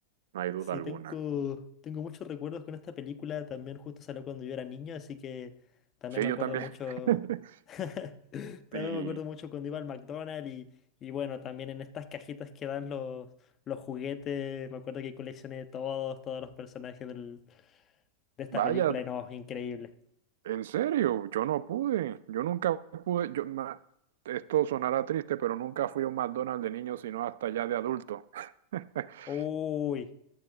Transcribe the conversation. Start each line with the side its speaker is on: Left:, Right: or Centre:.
Right: no hay duda
Left: Sí,
Right: alguna.
Left: tengo, tengo muchos recuerdos con esta película. También justo salió cuando yo era niño, así que también
Right: Sí,
Left: me
Right: yo
Left: acuerdo
Right: también.
Left: mucho.
Right: <laughs>
Left: <laughs> También
Right: Y
Left: me acuerdo mucho cuando iba al McDonald's y, y bueno, también en estas cajitas que dan los, los juguetes. Me acuerdo que coleccioné todos, todos los personajes del de esta
Right: vaya,
Left: película y no, increíble.
Right: en serio, yo no pude. Yo nunca pude. Yo, ma- esto sonará triste, pero nunca fui a un McDonald's de niño, sino hasta ya de adulto. <laughs>
Left: Uy.